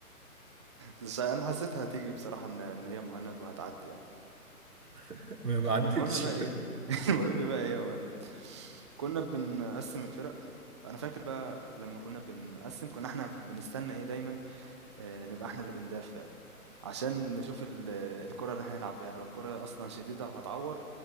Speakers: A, on the right; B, on the right.
A: بس أنا حسيتها هتيجي بصراحة إن إن هي مهند وهتعدي يعني.
B: <laughs> ما ما عدتش
A: المهم بقى إيه <laughs> المهم بقى إيه يا مهند كنا بنقسم الفرق انا فاكر بقى لما كنا بنقسم كنا احنا بنستنى ايه دايما آه، نبقى احنا اللي بندافع عشان نشوف ال- الكرة اللي احنا هنلعب بيها لو الكرة اصلا شديدة وهتعور